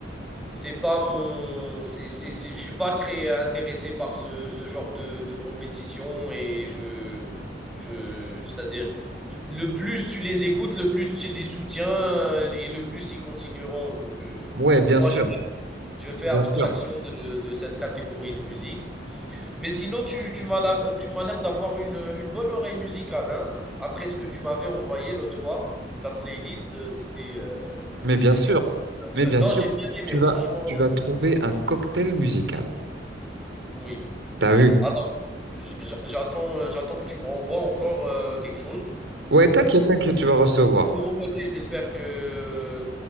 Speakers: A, in the centre; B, on the right.
A: C'est pas mon. C'est, c'est, c'est- je suis pas très intéressé par ce, ce genre de, de compétition et je. Je, c'est-à-dire, le plus tu les écoutes, le plus tu les soutiens et le plus ils continueront. Donc, euh,
B: Ouais, bien
A: moi,
B: sûr,
A: Je fais
B: bien
A: abstraction
B: sûr.
A: de, de cette catégorie de musique. Mais sinon, tu, tu m'as la- tu m'as l'air d'avoir une, une bonne oreille musicale. hein. Après ce que tu m'avais envoyé l'autre fois, ta playlist, euh, c'était euh,
B: Mais bien
A: c'était
B: sûr,
A: comme-
B: mais bien
A: euh, non,
B: sûr,
A: j'ai bien aimé,
B: tu vas,
A: franchement,
B: tu vas trouver un cocktail musical.
A: oui.
B: T'as vu?
A: Alors, j- j- j'attends euh, j'attends que tu me renvoies encore euh, quelque chose.
B: Ouais,
A: Euh,
B: t'inquiète,
A: c'est-
B: t'inquiète, tu vas recevoir.
A: De mon côté, j'espère que